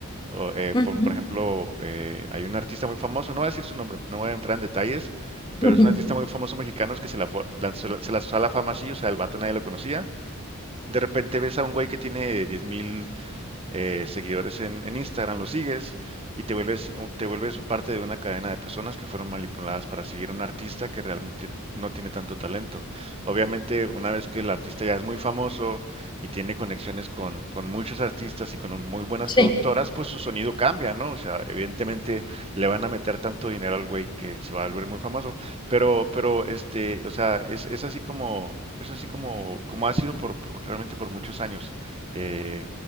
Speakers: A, on the right; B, on the left.
A: O, eh,
B: ujú,
A: por, por ejemplo, eh, hay un artista muy famoso, no voy a decir su nombre, no voy a entrar en detalles,
B: <laughs>
A: pero
B: ujú.
A: es un artista muy famoso mexicano es que se la, fue- la- se la- se lanzó a la fama así, o sea, el vato nadie lo conocía. De repente ves a un güey que tiene diez mil eh, seguidores en, en Instagram, los sigues y te vuelves, eh, te vuelves parte de una cadena de personas que fueron manipuladas para seguir a un artista que realmente no tiene tanto talento. Obviamente, una vez que el artista ya es muy famoso y tiene conexiones con, con muchos artistas y con un- muy buenas
B: Sí,
A: productoras, pues su sonido cambia, ¿no? O sea, evidentemente le van a meter tanto dinero al güey que se va a volver muy famoso. Pero, pero, este, o sea, es, es así como, es así como, como ha sido por, por- realmente por muchos años. Eh,